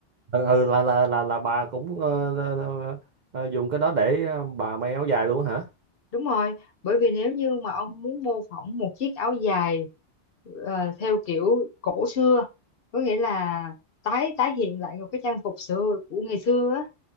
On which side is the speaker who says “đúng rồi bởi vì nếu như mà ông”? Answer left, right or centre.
Left